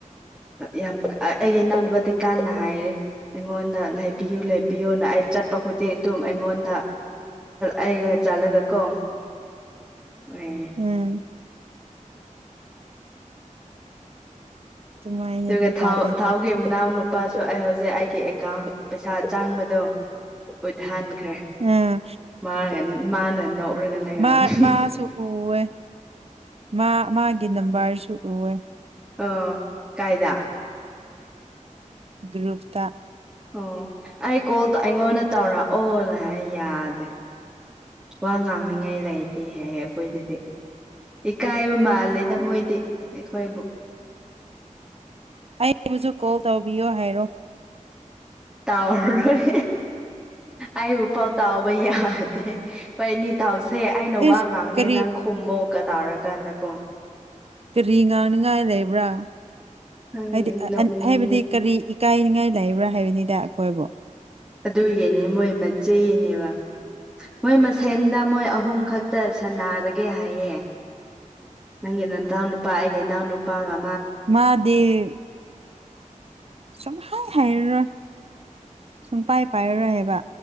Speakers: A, in the centre; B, on the right.
A: ꯌꯥꯝ ꯑꯩꯒꯤ ꯏꯅꯥꯎꯕꯨꯗꯤ ꯀꯥꯟꯅ ꯍꯥꯏꯔꯦ ꯑꯩꯉꯣꯟꯗ ꯂꯩꯕꯤꯌꯨ ꯂꯩꯕꯤꯌꯨꯅ ꯑꯩ ꯆꯠꯄ ꯈꯨꯗꯤꯡ ꯑꯗꯨꯝ ꯑꯩꯉꯣꯟꯗ ꯑꯩꯒ ꯆꯠꯂꯒ ꯀꯣ
B: <unintelligible>
A: ꯑ
B: ꯎꯝ ꯑꯗꯨꯃꯥꯏꯅꯗꯤ
A: ꯒ
B: ꯇꯥꯗꯦ
A: ꯊꯥꯎ ꯊꯥꯎꯒꯦ
B: ꯇꯥꯏ
A: ꯅꯥꯎꯅ ꯂꯨꯄꯥꯁꯨ ꯑꯩ ꯍꯧꯖꯤꯛ ꯑꯩꯒꯤ ꯑꯦꯀꯥꯎꯟ ꯄꯩꯁꯥ ꯆꯥꯡꯕꯗꯣ ꯎꯠꯍꯟꯒꯦ ꯠꯈ꯭ꯔꯦ
B: ꯎꯝ
A: ꯃꯥ ꯃꯥꯅ ꯅꯣꯛꯔꯒ ꯂꯩꯔꯝꯃꯦ
B: ꯃꯥ ꯃꯥꯁꯨ ꯎꯋꯦ ꯃꯥ ꯃꯥꯒꯤ ꯅꯝꯕꯔꯁꯨ ꯑꯣꯏ
A: ꯑꯣ ꯀꯥꯏꯗ
B: ꯒ꯭ꯔꯨꯨꯞꯇ
A: ꯑꯣ ꯑꯩ ꯀꯣꯜꯗꯣ ꯑꯩꯉꯣꯟꯗ ꯇꯧꯔꯛꯑꯣꯅ ꯍꯥꯏ ꯌꯥꯗꯦ ꯋꯥ ꯉꯥꯡꯅꯤꯉꯥꯏ ꯂꯩꯇꯍ ꯑꯩꯈꯣꯏꯗꯗꯤ ꯏꯀꯥꯏꯕ ꯃꯥꯜꯂꯦꯗ ꯃꯣꯏꯗꯤ ꯑꯩꯈꯣꯏꯕꯨ
B: ꯑꯩꯕꯨꯁꯨ ꯀꯣꯜ ꯇꯧꯕꯤꯌꯣ ꯍꯥꯏꯔꯣ
A: ꯇꯥꯎꯔꯣꯏ ꯑꯩꯕꯨ ꯄꯥꯎ ꯇꯥꯎꯕ ꯌꯥ ꯍꯣꯏ ꯅꯤꯡꯇꯥꯎꯁꯦ ꯑꯩꯅ
B: ꯏꯁ
A: ꯋꯥ ꯉꯥꯡꯅꯦ
B: ꯀꯔꯤ
A: ꯅꯪ ꯈꯨꯝꯃꯣꯀ ꯇꯥꯎꯔꯀꯥꯟꯗꯀꯣ
B: ꯀꯔꯤ ꯉꯥꯡꯅꯤꯉꯥꯏ ꯂꯩꯕ꯭ꯔꯥ
A: ꯅꯪ
B: ꯍꯥꯏꯗꯤ
A: ꯅꯣꯛꯅꯤꯡꯉꯤ
B: ꯍꯥꯏꯕꯗꯤ ꯀꯔꯤ ꯀꯥꯏꯅꯤꯡꯉꯥꯏ ꯂꯩꯕ꯭ꯔꯥ ꯍꯥꯏꯕꯅꯤꯗ ꯑꯩꯈꯣꯏꯕꯨ
A: ꯑꯗꯨꯒꯤꯅꯤ ꯃꯣꯏ ꯃꯆꯦꯅꯦꯕ ꯃꯣꯏ ꯃꯁꯦꯟꯗ ꯃꯣꯏ ꯑꯍꯨꯝ ꯈꯛꯇ ꯁꯥꯟꯅꯔꯒꯦ ꯍꯥꯏꯌꯦ ꯅꯪꯒ ꯅ ꯇꯥꯎꯅ ꯅꯨꯄꯥ ꯍꯥꯏꯒꯦ ꯅꯎꯅ ꯎꯞꯄꯥ ꯍꯥꯏꯒ
B: ꯃꯥꯗꯦ ꯁꯨꯝ ꯍꯥꯏ ꯍꯥꯏꯔꯔꯣꯏ ꯁꯨꯝ ꯄꯥꯏ ꯄꯥꯏꯔꯔꯣꯏ ꯍꯥꯏꯕ